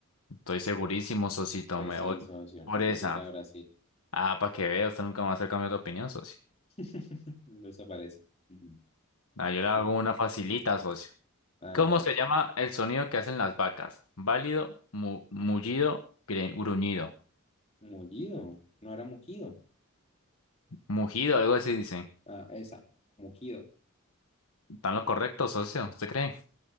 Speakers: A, on the left (about 80°); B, on the left (about 30°).
A: Estoy segurísimo, socito.
B: Pues
A: Me
B: sí,
A: voy
B: socio.
A: por esa.
B: Si era Brasil.
A: Ah, para que vea, usted nunca va a hacer cambiar de opinión, socio.
B: <laughs> No se parece. Ujú.
A: Ah, yo le hago
B: Bueno,
A: una facilita, socio.
B: hágale,
A: ¿Cómo
B: a
A: se
B: ver.
A: llama el sonido que hacen las vacas? Válido, mu- mullido, gre- gruñido,
B: Mullido. No era mugido.
A: mugido, algo así dicen.
B: Ah, esa. Mugido.
A: ¿Están lo correcto, socio? ¿Usted cree?